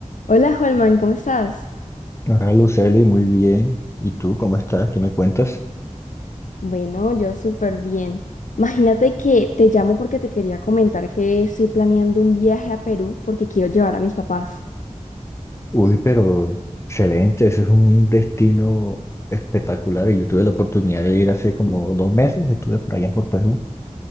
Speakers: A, on the left; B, on the left.
A: Hola, Holman, ¿cómo estás?
B: Hola Luceli, muy bien. ¿Y tú cómo estás? ¿Qué me cuentas?
A: Bueno, yo súper bien. Imagínate que te llamo porque te quería comentar que estoy planeando un viaje a Perú porque quiero llevar a mis papás.
B: Uy, pero excelente, ese es un destino espectacular y yo tuve la oportunidad de ir hace como dos meses, estuve por allá por Perú.